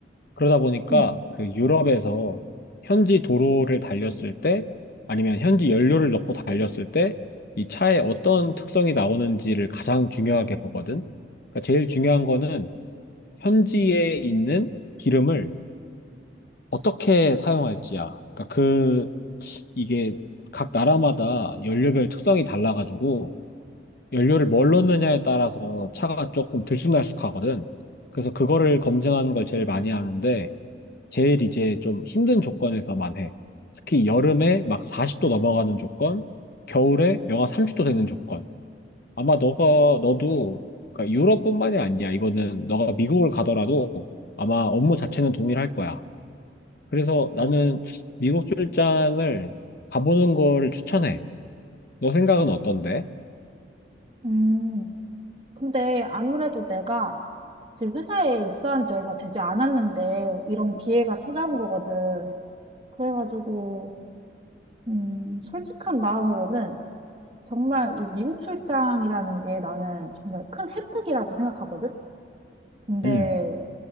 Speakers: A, on the left; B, on the right.
A: 그러다 보니까
B: 응.
A: 그 유럽에서 현지 도로를 달렸을 때 아니면 현지 연료를 넣고 달렸을 때 이 차에 어떤 특성이 나오는지를 가장 중요하게 보거든. 그러니까 제일 중요한 거는 현지에 있는 기름을 어떻게 사용할지야. 그러니까 그 이게 각 나라마다 연료별 특성이 달라가지고 연료를 뭘 넣느냐에 따라서 차가 조금 들쑥날쑥하거든. 그래서 그거를 검증하는 걸 제일 많이 하는데 제일 이제 좀 힘든 조건에서만 해. 특히 여름에 막 40도 넘어가는 조건, 겨울에 영하 30도 되는 조건. 아마 너가 너도 그러니까 유럽뿐만이 아니야. 이거는 너가 미국을 가더라도 아마 업무 자체는 동일할 거야. 그래서 나는 미국 출장을 가보는 거를 추천해. 너 생각은 어떤데?
B: 음, 근데 아무래도 내가 지금 회사에 입사한 지 얼마 되지 않았는데 이런 기회가 찾아온 거거든. 그래가지고 음, 솔직한 마음으로는 정말 이 미국 출장이라는 게 나는 정말 큰 혜택이라고 생각하거든? 근데
A: 음,